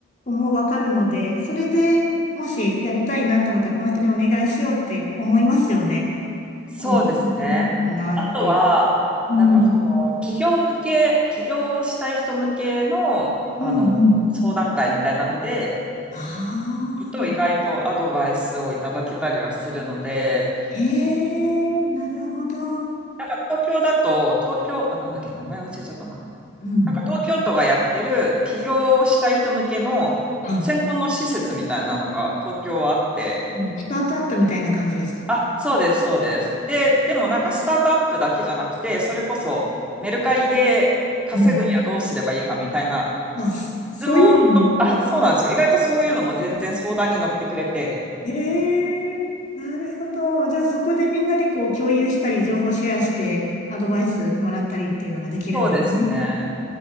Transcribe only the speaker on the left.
もうわかるので、それでもしやりたいなと思ったらこの人にお願いしようって思いますよね。
こんやってみるかなっていう。
うん。
うんうん。
あ
あ。へえ、なるほど。
うん。
はい。うんスタートアップみたいな感じですか。
うん。あ、そそういうのも。
へえ、なるほど。じゃあそこでみんなでこう共有したり、情報シェアして、アドバイスもらったりっていうのができるんですね。